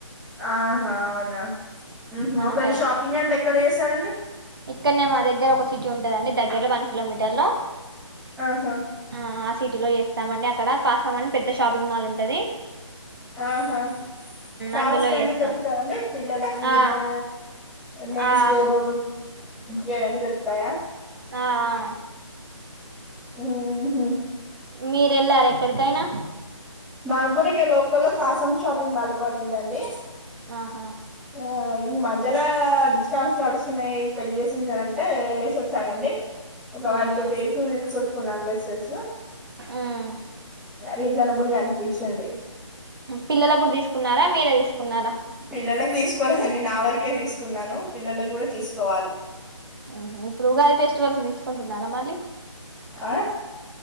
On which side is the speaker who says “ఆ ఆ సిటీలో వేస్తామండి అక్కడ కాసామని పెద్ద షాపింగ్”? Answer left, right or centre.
Right